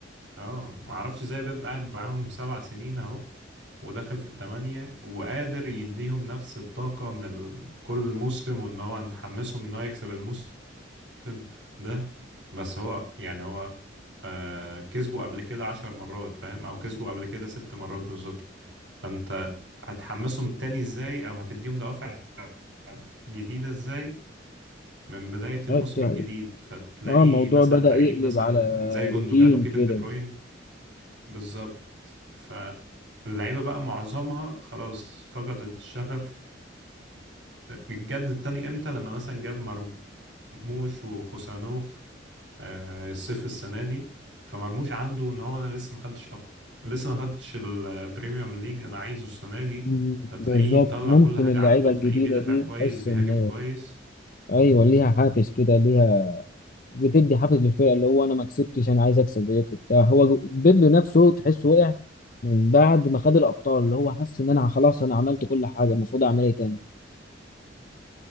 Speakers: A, on the right; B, on the left.
A: اه معرفش ازاي بيب قاعد معاهم سبع سنين اهو وداخل في التمانية وقادر يديهم نفس الطاقة من ال... كل موسم وان هو نحمسهم ان هو يكسب الموسم الموسم ده بس هو يعني هو آه كسبه قبل كده عشر مرات فاهم او كسبه قبل كده ست مرات بالظبط فانت هتحمسهم تاني ازاي او هتديهم دوافع جديدة ازاي من بداية الموسم
B: حتى
A: الجديد فتلاقي
B: اه الموضوع
A: مثلا
B: بدأ
A: لعيب
B: يقلب
A: مثلا
B: على
A: زي جوندوجان
B: روتين
A: وكيفن
B: كده
A: دي بروين بالظبط فاللعيبة بقى معظمها خلاص فقدت الشغف الجد التاني امتى لما مثلا جاب مرموش وخوسانوف آه، الصيف السنة دي فمرموش عنده ان هو انا لسه ما خدتش أب... لسه ما خدتش البريميوم ليج انا عايزه السنة دي
B: مم،
A: فتلاقيه
B: بالظبط
A: مطلع
B: ممكن
A: كل حاجة
B: اللعيبة
A: عنده تلاقيه
B: الجديدة
A: بيدافع
B: دي
A: كويس
B: تحس
A: بيهاجم
B: ان
A: كويس
B: ايوه ليها حافز كده ليها بتدي حافز للفرقه اللي هو انا ما كسبتش انا عايز اكسب زيكم وبتاع هو جو- بيب نفسه تحسه وقع من بعد ما خد الابطال اللي هو حس ان انا خلاص انا عملت كل حاجه المفروض اعمل ايه تاني